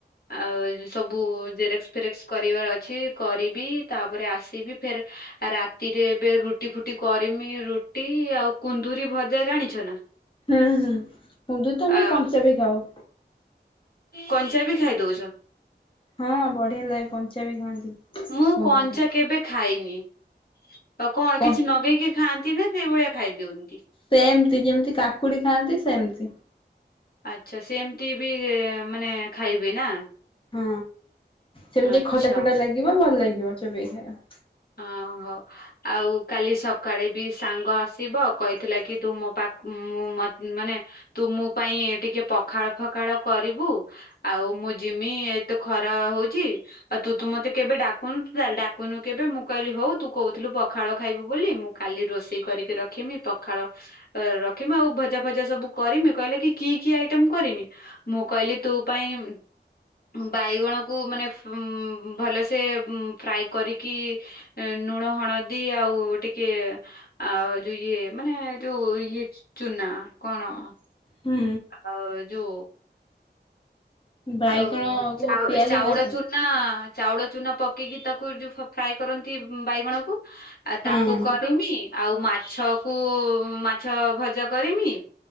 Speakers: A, on the left (about 60°); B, on the left (about 30°).
A: ଆଉ ଏ ସବୁ ଜେରେକ୍ସ ଫେରେକ୍ସ କରିବାର ଅଛି କରିବି ତାପରେ ଆସିବି ଫେର ରାତିରେ ଏବେ ରୁଟି ଫୁଟି କରିମି ରୁଟି ଆଉ କୁନ୍ଦୁରି ଭଜା ଜାଣିଛ ନା?
B: ହୁଁ-ହୁଁ କୁନ୍ଦୁରି ତ ଆମେ
A: ଆ
B: କଞ୍ଚା ବି ଖାଉ।
A: କଞ୍ଚା ବି ଖାଇ ଦଉଛ?
B: ହଁ ବଢିଆ ଲାଗେ କଞ୍ଚା ବି ଖାଆନ୍ତି।
A: ମୁଁ
B: କୁନ୍ଦୁରି
A: କଞ୍ଚା କେବେ ଖାଇନି। ଆଉ କଁ
B: କ
A: କିଛି ନଗେଇକି ଖାଆନ୍ତି ନା ସେଇ ଭଳିଆ ଖାଇ ଦ୍ୟୁଅନ୍ତି?
B: ସେମ୍ତି ଯେମ୍ତି କାକୁଡି ଖାଆନ୍ତି ସେମ୍ତି।
A: ଆଚ୍ଛା ସେମ୍ତି ବି ଏ ମାନେ ଖାଇବେ ନା?
B: ହଁ ସେମ୍ତି
A: ଆଚ୍ଛା।
B: ଖଟା ଖଟା ଲାଗିବ ଭଲ ଲାଗିବ ଚୋବେଇ ଖାଇଆ।
A: ଅହୋ ଆଉ କାଲି ସକାଳେ ବି ସାଙ୍ଗ ଆସିବ।। କହିଥିଲା କି ତୁ ମୋ ପା <unintelligible> ମୁଁ ମ ମାନେ ତୁ ମୋ ପାଇଁ ଟିକେ ପଖାଳ ଫଖାଳ କରିବୁ ଆଉ ମୁଁ ଯିମି ଏତେ ଖରା ହଉଚି। ଆଉ ତୁ ତ ମତେ କେବେ ଡାକୁନୁ ତୁ <unintelligible> ଡାକୁନୁ କେବେ ମୁଁ କଇଲି ହଉ ତୁ କଉଥିଲୁ ପଖାଳ ଖାଇବୁ ବୋଲି ମୁଁ କାଲି ରୋଷେଇ କରିକି ରଖିମି ପଖାଳ ଅ ରଖମି ଆଉ ଭଜା ଫଜା ସବୁ କରିମି କହିଲା କି କି ଆଇଟମ୍ କରିମି? ମୁଁ କଇଲି ତୋ ପାଇଁ ଇମ୍ ଉଁ ବାଇଗଣକୁ ମାନେ ଫୁଁ ଭଲସେ ଉଁ ଫ୍ରାଏ କରିକି ଏଁ ନୁଣ ହଣଦି ଆଉ ଟିକେ ଆଉ ଯୋଉ ଇଏ ମାନେ ଯୋଉ ଇଏ ଚୁନା କଣ
B: ହୁଁ।
A: ଆଉ ଯୋ
B: ବାଇଗଣକୁ
A: ଓ ଚାଓ
B: ପିଆଜ
A: ଚାଉଳ
B: କଣ
A: ଚୂ ନା ଚାଉଳ ଚୁନା ପକେଇକି ତାକୁ ଯୋଉ ଫ ଫ୍ରାଏ କରନ୍ତି ବାଇଗଣକୁ ଆ
B: ହଁ
A: ତାକୁ କରିମି ଆଉ ମାଛ କୁ ମାଛ ଭଜା କରିମି।